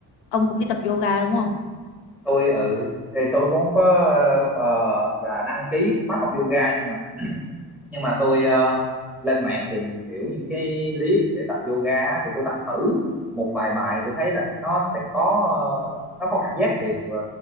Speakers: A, on the left; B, in the centre.
A: ông cũng đi tập yoga đúng không
B: tôi ừ thì tôi cũng không có ờ, là đăng ký cái khóa học yoga nhưng mà nhưng mà tôi ờ, lên mạng tìm hiểu những cái clip để tập yoga á, thì tôi tập thử một vài bài tôi thấy là nó sẽ có ờ, nó có cảm giác thiệt ờ,